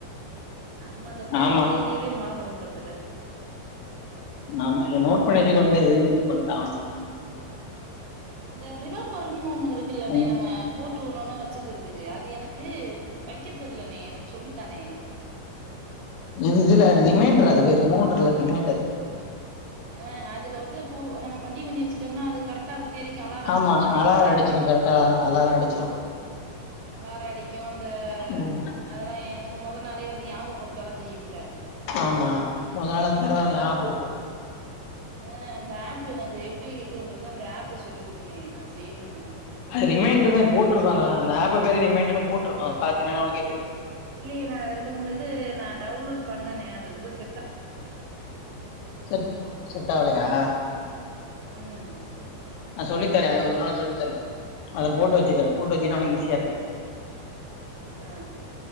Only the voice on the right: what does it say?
நம்ம அந்த போற
தேதியேவே மறந்துறோ பாத்துக்க
அந்த ரிவம்பர்ன்னு ஒன்னு இருக்குல்லண்ணே
நம்ம போட்டு ஒன்னொன்னா வச்சுக்கிறதுக்கு அது எனக்கு து வை க்க தெர்லணே எனக் சொல்லி தாணே
அ அதுல வத்து பு நம்ம பதிவ் பண்ணி வெச்சுட்டோம்னா அது கரெக் டா அந்த தேதிக்கு அலார அடிக்குந்தானே
மொத
நாளே
அலார அடிக்கு அந்த
அதெல்லா எ மு மொத நாளே வந்து ஞாபக படுத்தெல்லா செய்யும்ல
அ அந்த ஆப்பு எனக்கு எப்டி இது பண்றது அந்த ஆப்பு சொல்லி குடுணே நா செய்யணு
இல்லையே நா ரெண்டு மூணு இது நா டவுன்லோட் பண்ணணே அது வந்து செட்டா
ம்
அதா